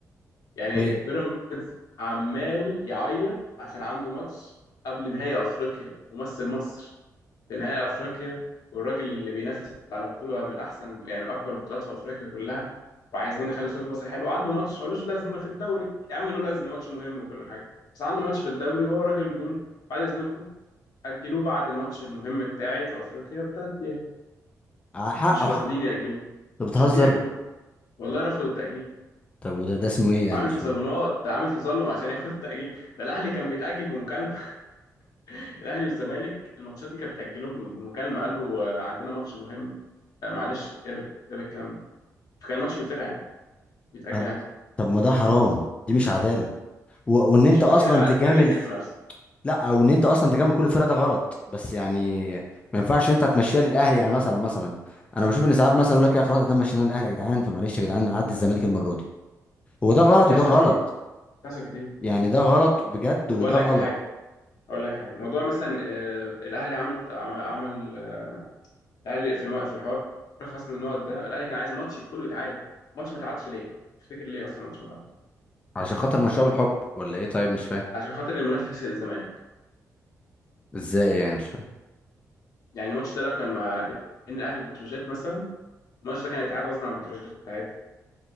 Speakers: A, on the left; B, on the left.
A: يعني
B: ما يج-
A: بيراميدز عمال يعيط عشان عنده ماتش قبل نهائي افريقيا ممثل مصر في نهائي افريقيا والراجل اللي بينافس على بطوله من احسن يعني من اقوى البطولات في افريقيا كلها وعايزين نخلي صوره مصر حلوه عنده ماتش ملوش لازمه في الدوري يا عم له لازمه ماتش مهم وكل حاجه بس عنده ماتش في الدوري وهو الراجل بيقول بعد اذنكم اجلوه بعد الماتش المهم بتاعي في افريقيا بثلاث ايام
B: ع- حق
A: مش
B: حق
A: راضيين ياجلوه
B: طب بتهزر
A: مش راضيين ياجلوه والله رفضوا التاجيل
B: طب وده ده اسمه إيه يعني
A: عامل
B: مش
A: تظلمات
B: فاهم
A: ده عامل تظلم عشان ياخد التاجيل ده الاهلي كان بيتاجل بمكالمه الاهلي والزمالك الماتشات دي كانت بتاجلهم بمكالمه قالوا آه، عندنا ماتش مهم آه، معلش الغي الغي الكلام ده فكان الماتش بيتلغى عادي بيتاجل
B: آه،
A: عادي
B: طب ما ده حرام دي مش عدالة و... وإن
A: مفيش
B: أنت أصلا
A: كده بقى
B: تجامل
A: ده بيقتل المنافسه
B: لا أو إن أنت أصلا تجامل كل الفرق ده غلط بس يعني ما ينفعش أنت تمشيها للأهلي يعني مثلا مثلا أنا بشوف إن ساعات مثلا يقول لك يا خلاص ده مشيناه للأهلي يا جدعان فمعلش يا جدعان عدي الزمالك المرة دي هو ده غلط
A: بتحصل
B: وده غلط
A: كتير بتحصل كتير
B: يعني ده غلط بجد وده
A: طب اقول لك
B: غلط
A: حاجه اقول لك حاجه موضوع مثلا آه، الاهلي عمل عمل عمل- آه، الاهلي في المو... في حوار خصم النقط ده الاهلي كان عايز ماتش كله يتعاد ماتش ما اتعادش ليه تفتكر ليه اصلا ماتش ما اتعادش
B: عشان خاطر مشاه بالحب ولا إيه طيب مش فاهم
A: عشان خاطر المنافس الزمالك
B: ازاي يعني مش فاهم
A: يعني الماتش ده لو كان مع بين الاهلي وبتروجيت مثلا الماتش ده كان هيتعاد غصب عن بتروجيت عادي